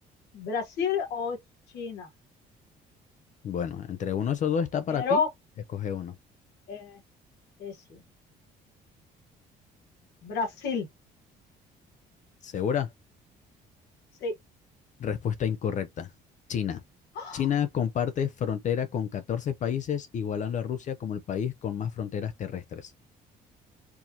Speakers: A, on the left; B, on the left.
A: Brasil o China,
B: Bueno, entre uno de esos dos está para
A: pero
B: ti. Escoge uno.
A: eh, eh, sí. Brasil,
B: ¿Segura?
A: sí,
B: Respuesta incorrecta. China.
A: <gasps> ¡Ah!
B: China comparte frontera con 14 países, igualando a Rusia como el país con más fronteras terrestres.